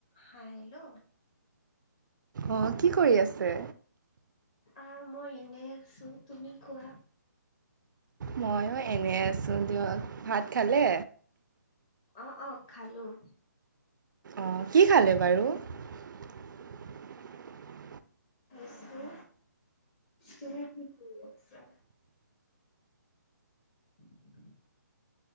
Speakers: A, on the left (about 20°); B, on the right (about 75°).
A: হা হেল্ল'
B: অ' কি কৰি আছে?
A: অ' মই এনেই আছোঁ। তুমি কোৱা?
B: মইয়ো এনে আছোঁ দিয়ক। ভাত খালে?
A: অ' অ' খালোঁ।
B: অ' কি খালে বাৰু? <inaudible>
A: <unintelligible> আছোঁ। তুমি কি কৰি আছা? <inaudible>